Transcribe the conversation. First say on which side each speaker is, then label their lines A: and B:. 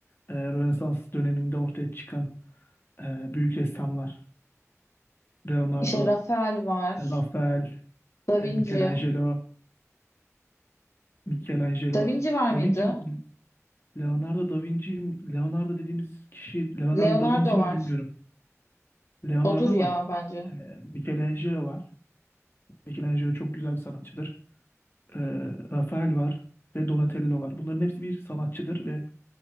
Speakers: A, on the left; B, on the left.
A: e, Rönesans döneminde ortaya çıkan e, büyük ressamlar. Leonardo,
B: İşte Rafael var.
A: e, Rafael,
B: Da
A: e,
B: Vinci.
A: Michelangelo, Michelangelo,
B: Da Vinci var
A: Da
B: mıydı?
A: Vinci, mi? Leonardo da Vinci, mi? Leonardo dediğimiz kişi Leonardo
B: Leonardo
A: da Vinci mi
B: var.
A: bilmiyorum. Leonardo
B: Odur ya
A: var.
B: bence.
A: E, Michelangelo var. Michelangelo çok güzel bir sanatçıdır. E, Rafael var ve Donatello var. Bunların hepsi bir sanatçıdır ve